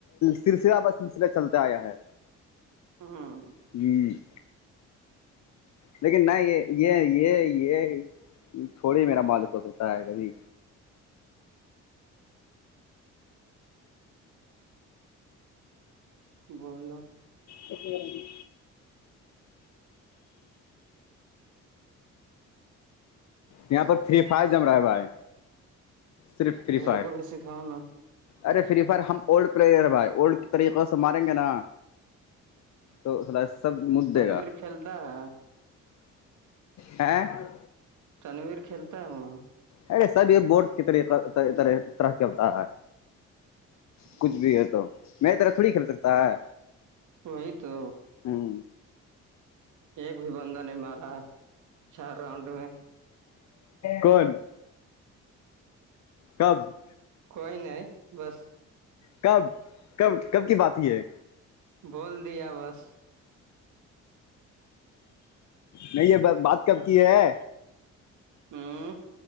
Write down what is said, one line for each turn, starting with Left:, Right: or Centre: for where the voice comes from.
Left: سلسلہ بس سلسلہ چلتا آیا ہے
Right: ہاں
Left: جی لیکن نہ یہ یہ یہ یہ تھوڑی میرا مالک ہو سکتا ہے کبھی
Right: بولو
Left: شکریہی یہاں پر فری فائر جم رہا ہے بھائی صرف فری
Right: میرے
Left: فائر
Right: کو بھی سکھاؤ نا
Left: ارے فری فر ہم اولڈ پلیئر ہیں بھائی اولڈ طریقے سے ماریں گے نا تو سر سب مددے
Right: تنویر
Left: گا
Right: کھیلتا ہے
Left: ا
Right: تنویر کھیلتا ہے وہ
Left: ارے سب یہ بورڈ کی طریقرح طرح کیا ہوتا ہے کچھ
Right: ہاں
Left: بھی ہے تو میرری طرح تھوڑی کرل سکتا ہے
Right: وہی تو
Left: ہ
Right: ایک بھی بندہ نہیں مار رہا ہے چار راؤنڈ میں
Left: کون کب
Right: کوئی نہیں بس
Left: کب کب کب کی بات ہی ہے
Right: بول دیا بس
Left: نہیں یہ بات کب کی ہے
Right: ہوں